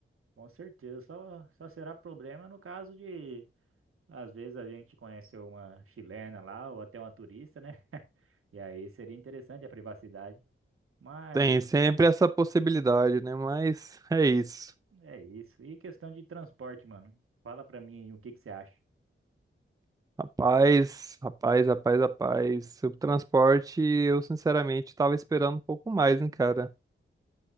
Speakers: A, on the right; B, on the right.
A: Com certeza, só, só será problema no caso de Às vezes a gente conhece uma chilena lá ou até uma turista, né? <laughs> E aí seria interessante a privacidade. Mas
B: Tem sempre essa possibilidade, né? Mas é isso.
A: é isso. E questão de transporte, mano. Fala pra mim o que que você acha.
B: Rapaz, rapaz, rapaz, rapaz. Sobre O transporte, eu sinceramente estava esperando um pouco mais, hein, cara.